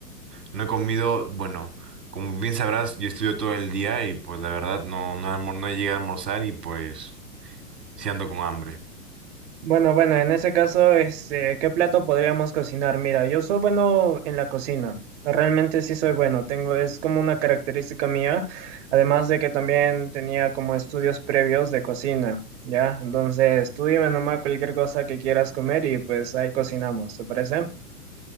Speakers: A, on the right; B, on the right.
A: no he comido, bueno, como bien sabrás, yo estudio todo el día y pues la verdad no, no, almor- no llegué a almorzar y pues sí ando con hambre.
B: Bueno, bueno, en ese caso, este, ¿qué plato podríamos cocinar? Mira, yo soy bueno en la cocina. Realmente sí soy bueno. Tengo, es como una característica mía. Además de que también tenía como estudios previos de cocina. ¿Ya? Entonces, tú dime nomás cualquier cosa que quieras comer y pues ahí cocinamos. ¿Te parece?